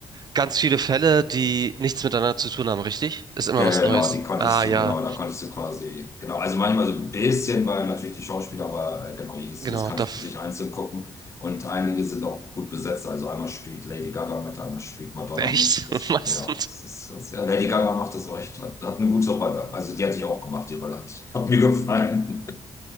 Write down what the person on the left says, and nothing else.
Genau,
die konntest
du, genau, da konntest du quasi, genau, also manchmal so ein bisschen, weil natürlich die Schauspieler, aber äh, genau, jedes,
jedes kannst
du für sich einzeln gucken. Und einige sind auch gut besetzt, also einmal spielt Lady Gaga mit, einmal spielt Madonna
mit. Das,
ja, das ist, das, ja, Lady Gaga macht das echt, hat, hat eine gute Rolle. Also die hatte ich auch gemacht, die Rolle hat, hat mir gefallen.